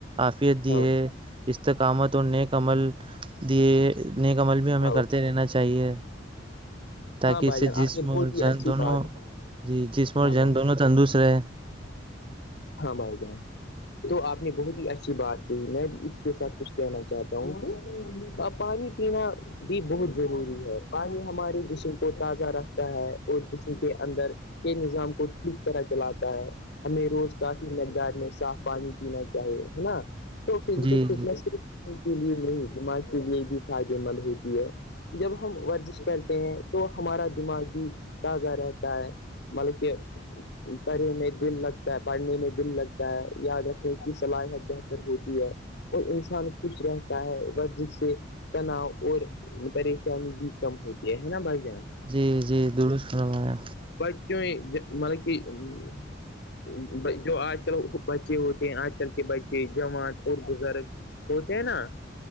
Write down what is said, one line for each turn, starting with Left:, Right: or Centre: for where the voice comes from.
Right: عفیت دی
Left: ہاں
Right: ہے استقامت اور نیک عمل دیے نیکمل بھی ہمیں
Left: ہاں
Right: کرتے رہنا چاہیے تاکہ
Left: ہاں
Right: اس
Left: بھائی
Right: سے
Left: جان
Right: جسم
Left: آپ نے بہت
Right: اور
Left: ہی
Right: جن
Left: اچھی
Right: دونوں
Left: بات کی۔
Right: جی جسم اور
Left: ہاں بھائی
Right: جم دونوں تندرست رہے
Left: ہاں بھائی جان تو آپ نے بہت ہی اچھی بات کہ میں اس کے ساتھ کچھ کہنا چاہتا ہوں کہ پانی پینا بھی بہت ضروری ہے پانی ہماری جس کو تازہ رکھتا ہے اور جسم کے اندر کے نظام کو ٹھیک طرح چلاتا ہے ہمیں روز کافی مقدار میں ساف پانی پینا چاہے نا تو فزیکل
Right: جی
Left: فٹس کسی کے لیے نہیں دماغ کے لیے بھی فائدے مند ہوتی ہے جب ہم ورزش کرتے ہیں تو ہمارا دماغ بھی تازہ رہتا ہے مطلب کہ پڑنے میں دل لگتا ہے پڑھنے میں دل لگتا ہے یاد رکھیں اس کی صلاحیت بہتر ہوتی ہے اور انسان خوش رہتا ہے بس جس سے تناؤ اور پریشانی بھی کم ہوتی ہے ہے نا بھائی جان
Right: جی جی درست نوایا
Left: بچچوں مطلب کہ جو آج کل بچے ہوتے ہیں آج کل کے بچے جماعت اور بزرگ ہوتے ہیں نا